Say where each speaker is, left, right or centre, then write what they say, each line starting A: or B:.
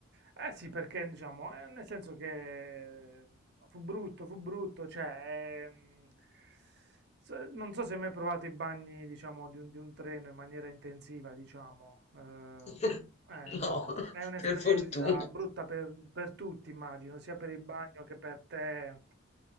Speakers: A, on the right; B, on the left.
A: eh sì, perché diciamo, eh, nel senso che mm, fu brutto, fu brutto, cioè, ehm, so- non so se hai mai provato i bagni, diciamo, di un, di un treno in maniera intensiva, diciamo. eh,
B: <laughs>
A: eh,
B: No,
A: è un'esperienza
B: per fortuna.
A: brutta per, per tutti, immagino, sia per il bagno che per te.